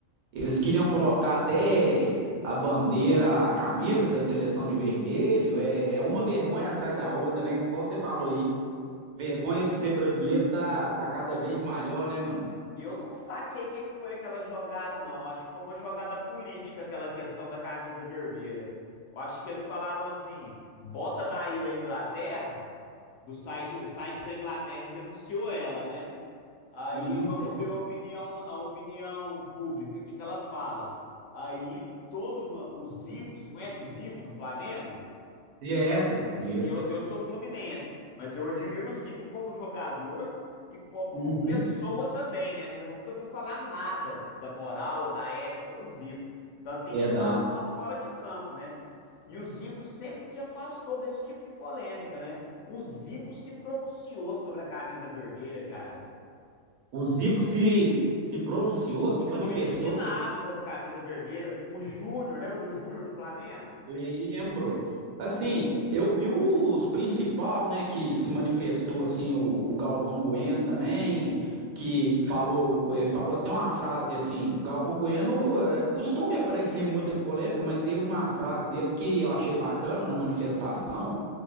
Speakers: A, on the right; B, on the left.
A: eles queriam colocar até a bandeira, a camisa da seleção de vermelho. É, é uma vergonha atrás da outra, né? Igual você falou aí, vergonha de ser brasileiro tá, tá cada vez maior, né, mano?
B: E eu não saquei o que que foi aquela jogada, não. Acho que foi uma jogada política, aquela questão da camisa vermelha. Eu acho que eles falaram assim: bota daí da Inglaterra, do site, o site da Inglaterra que anunciou ela, né? Aí
A: Uhum,
B: vamos
A: certo.
B: ver a opinião, a opinião pública, o que que ela fala. Aí todo mu- o Zico, você conhece o Zico do Flamengo?
A: Certo, conheço.
B: Sim, eu, eu sou fluminense, mas eu admiro o Zico como jogador e como
A: Uhum,
B: pessoa também, né? Você nunca viu falar nada da moral ou da ética do Zico, tanto em
A: verdade.
B: campo quanto fora de campo, né? E o Zico sempre se afastou desse tipo de polêmica, né? O Zico se pronunciou sobre a camisa vermelha, cara.
A: O Zico se, se pronunciou, se manifestou.
B: Ficou indignado com essa camisa vermelha. O Júnior, lembra do Júnior do Flamengo?
A: Lembro. Assim, eu vi os principal, né, que se manifestou, assim, o, o Galvão Bueno também, que falou, eh, falou até uma frase assim, o Galvão Bueno eh, costuma aparecer em muita polêmica, mas teve uma frase dele que eu achei bacana na manifestação